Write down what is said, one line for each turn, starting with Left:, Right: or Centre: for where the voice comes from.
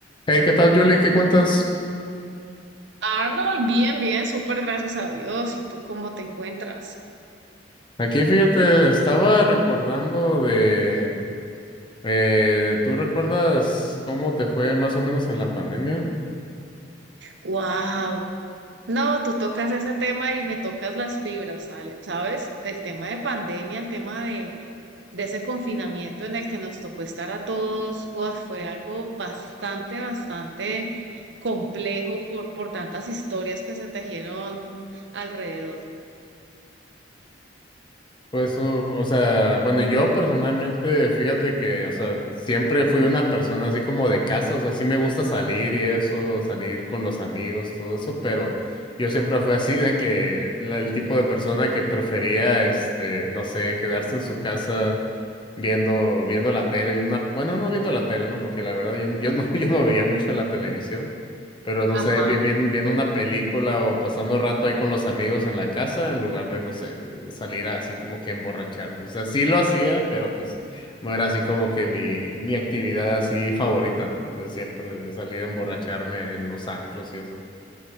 Left: Hey, ¿qué tal, Julie? ¿Qué cuentas?
Right: Arnold, bien, bien, súper gracias a Dios. ¿Y tú cómo te encuentras?
Left: Aquí, fíjate, estaba recordando de... eh, ¿tú recuerdas cómo te fue más o menos en la pandemia?
Right: Wow. No, tú tocas ese tema y me tocas las fibras, ¿sale? ¿Sabes? El tema de pandemia, el tema de, de ese confinamiento en el que nos tocó estar a todos, uf, fue algo bastante, bastante complejo por, por tantas historias que se tejieron alrededor.
Left: Pues, o, o sea, bueno, yo personalmente, fíjate que, o sea, siempre fui una persona así como de casa, o sea, sí me gusta salir y eso, salir con los amigos, todo eso, pero yo siempre fui así de que la- el tipo de persona que prefería, este, no sé, quedarse en su casa viendo, viendo la tele, viendo una- bueno, no viendo la tele, ¿no? Porque la verdad yo, no- yo no, <laughs> yo no veía mucho la televisión. Pero no
Right: Ajá.
Left: sé, vi- vi- viendo una película o pasando rato ahí con los amigos en la casa, en lugar de, no sé, de salir así como que emborracharnos. O sea, sí lo hacía, pero pues no era así como que mi, mi actividad así favorita, ¿no? De siempre, de salir a emborracharme en los antros y eso.